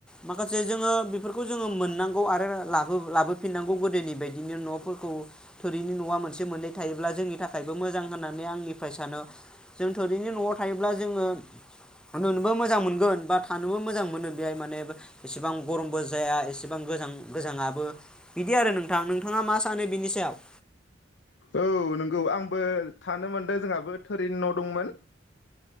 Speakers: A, in the centre; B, on the left.
A: माखासे जोङो बेफोरखौ जोङो मोननांगौ आरो लाबोफिननांगौ गोदोनि बायदिनो नफोरखौ थोरिनि नआ मोनसे मोननै थायोब्ला जोंनि थाखायबो मोजां होननानै आंनिफ्राय सानो जों थोरिनि नआव थायोब्ला जोङो नुनोबो मोजां मोनगोन बा थानोबो मोजां मोनो बेहाय माने एसेबां गरमबो जाया एसेबां गोजां गोजाङाबो बिदि आरो नोंथां नोंथाङा मा सानो बिनि सायाव
B: औ नोंगौ आंबो थानो मोनदों जोंहाबो थोरिनि न दंमोन